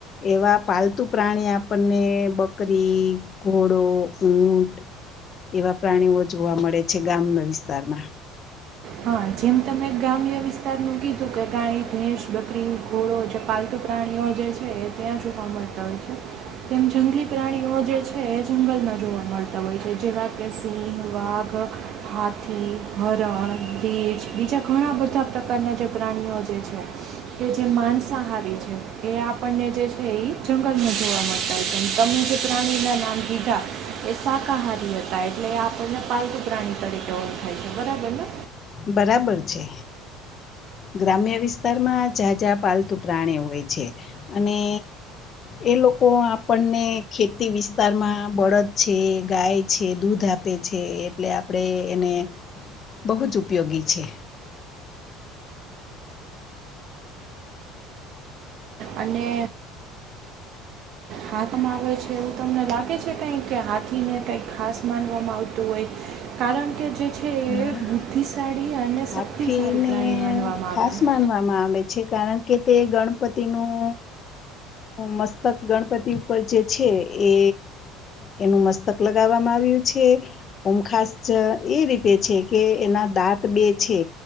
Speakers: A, on the left; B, on the right.
A: એવા પાલતુ પ્રાણી આપણને બકરી ઘોડો ઊંટ એવા પ્રાણીઓ જોવા મળે છે ગામના વિસ્તારમાં
B: હા જેમ તમે ગ્રામ્ય વિસ્તારનું કીધું કે ગાય ભેંસ બકરી ઘોડો જે પાલતુ પ્રાણીઓ જે છે એ ત્યાં જોવા મળતા હોય છે તેમ જંગલી પ્રાણીઓ જે છે એ જંગલમાં જોવા મળતા હોય છે જેવા કે સિંહ વાઘ હાથી હરણ રીછ બીજા ઘણા બધા પ્રકારના જે પ્રાણીઓ જે છે કે જે માસાહારી છે એ આપણને જે છે એ જંગલમાં જોવા મળતા હોય છે અને તમે જે પ્રાણીના નામ કીધા એ શાકાહારી હતા એટલે એ આપણને પાલતુ પ્રાણી તરીકે ઓળખાય છે બરાબર ને
A: બરાબર છે ગ્રામ્ય વિસ્તારમાં જાં જાાં પાલતુ પ્રાણીઓ હોય છે અને એ લોકો આપણને ખેતી વિસ્તારમાં બળદ છે ગાય છે દૂધ આપે છે એટલે આપણેે એને બહુજ ઉપયોગી છે
B: અને હાથીમાં આવે છે એવું તમને લાગે છે કંઈ કે હાથીને કંઈક ખાસ માનવામાં આવતું હોય કારણ કે કે જે છે એ
A: હા
B: બુદ્ધિશાળી અને શક્તિશાળી
A: હાથીને
B: પ્રાણી માનવામાં
A: ખાસ
B: આવ્યા
A: માનવામાં આવે છે કારણ કે તે ગણપતિ નું મસ્તક ગણપતિ ઉપર જે છે એ એનું મસ્તક લગાવવામાં આવ્યું છે ઓમખાસ એ રીતે છે કે એના દાંત બે છે